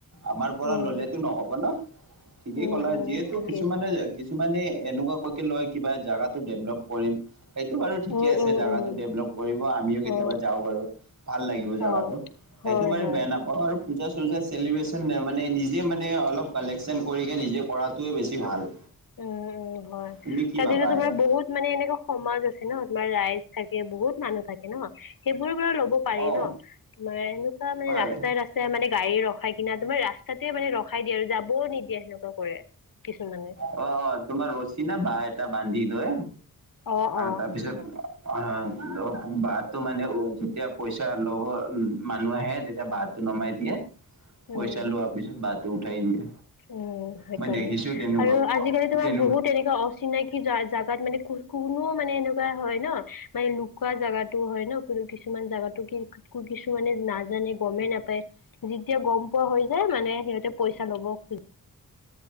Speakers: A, on the right; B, on the left.
A: আমাৰ পৰা
B: উম
A: ললেতো নহব ন, ঠিকেই
B: উম
A: ক'লা
B: উম
A: যিহেতু
B: তাকে
A: কিছুমানে কিছুমানে এনেকুৱাকৈকে লয় কিবা জাগা ডেভলপ কৰিম। এইটো বাৰু ঠিকেই
B: উম
A: আছে
B: উম
A: জাগাটো
B: উম
A: ডেভেলপ কৰিব আমিও কেতিয়াবা
B: অ
A: যাও বাৰু, ভাল লাগিব জেগাতো
B: অ
A: সেইটো
B: হয়
A: বাৰু
B: হয়
A: বেয়া নাপাওঁ আৰু পূজা চোজা চেলিব্ৰেচন নে মানে নিজে মানে অলপ কালেকচন কৰিকে নিজে কৰাটোৱে বেছি ভাল।
B: উম উম হয়
A: তুমি কি
B: তাতেতো
A: ভাবা
B: তোমাৰ
A: ইয়াৰ
B: বহুত মানে এনেকুৱা সমাজ আছে ন তোমাৰ ৰাইজ থাকে বহুত মানুহ থাকে ন সেইবোৰৰ পৰা ল'ব পাৰি
A: অ
B: ন। তোমাৰ এনেকুৱা মানে
A: হয়
B: ৰাস্তাই - ৰাস্তাই মানে গাড়ী ৰখ খাই কিনা তোমাৰ ৰাস্তাতে মানে ৰখাই দিয়ে আৰু যাবও নিদিয়ে সেনেকুৱা কৰে কিছুমানে।
A: অ অ তোমাৰ ৰছী না বাহ এটা বান্ধি দয়
B: অ
A: আৰু
B: অ
A: তাৰপিছত অঁহ অঁহ বাতটো মানে উম যেতিয়া পইচা লব মানুহ আহে তেতিয়া বাট নমাই দিয়ে, পইচা
B: উম
A: লোৱাৰ পিছত বাঁহটো উঠাই দিয়ে,
B: উম সেইকাৰণে
A: মই দেখিছো তেনেকুৱা
B: আৰু আজিকালিতো
A: তেনো
B: বহুত তেনেকুৱা অচিনাকি জা - জাগাত মানে কু - কুনো মানে এনেকুৱা হয় ন মানে লু খোৱা জাগাতো হয় ন কিছুমান জাগাটো কি কিছুমানে নাজানে গমে নাপায় যি এতিয়া গম পোৱা হৈ যায়, মানে সিহঁতে পইচা ল'ব খোজে।